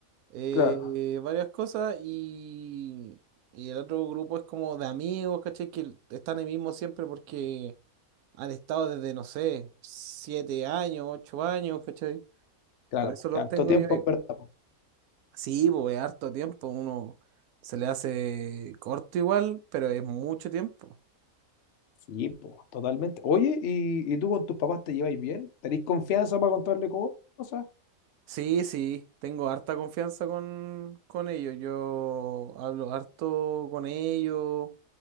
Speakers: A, on the right; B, on the left.
A: eh,
B: claro.
A: varias cosas y, y el otro grupo es como de amigos, ¿cachai? Que están ahí mismo siempre porque han estado desde, no sé, siete años, ocho años, ¿cachai?
B: Claro,
A: Por eso
B: porque
A: los
B: harto
A: tengo
B: tiempo,
A: yo ahí.
B: en verdad. po.
A: Sí, pues es harto tiempo, uno se le hace corto igual, pero es mucho tiempo.
B: Sí, po, totalmente. Oye, ¿y, y tú con tus papás te lleváis bien? ¿Tenéis confianza para contarle cosas?
A: Sí, sí, tengo harta confianza con, con ellos. Yo hablo harto con ellos.